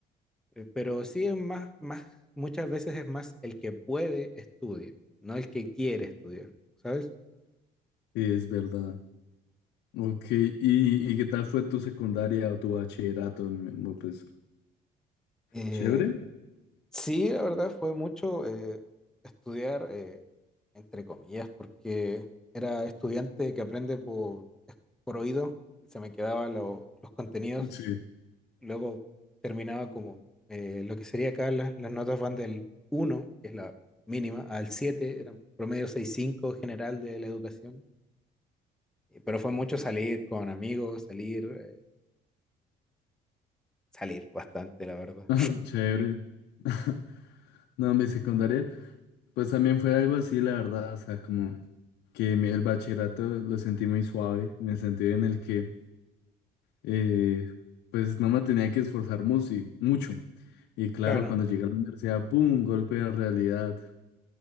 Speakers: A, in the centre; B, on the left.
A: eh, pero sí es más, más, muchas veces es más el que puede estudia, no el que quiere estudiar, ¿sabes?
B: sí, es verdad. Ok, ¿y, y qué tal fue tu secundaria o tu bachillerato? Mi amor? Pues
A: Eh,
B: chévere.
A: Sí, la verdad fue mucho eh, estudiar, eh, entre comillas, porque era estudiante que aprende por, por oído, y se me quedaban lo- los contenidos,
B: Sí,
A: luego terminaba como eh, lo que sería acá, las, las notas van del uno que es la mínima, al siete eran promedio seis punto cinco general de la educación, Y- pero fue mucho salir con amigos, salir, eh, salir bastante, la verdad.
B: <laughs> chévere. <laughs> No, mi secundaria, pues también fue algo así, la verdad, o sea, como que mi- el bachillerato lo sentí muy suave, en el sentido en el que eh, pues no me tenía que esforzar musi- mucho. Y claro,
A: Claro.
B: cuando llegué a la universidad, ¡pum! Golpe de realidad.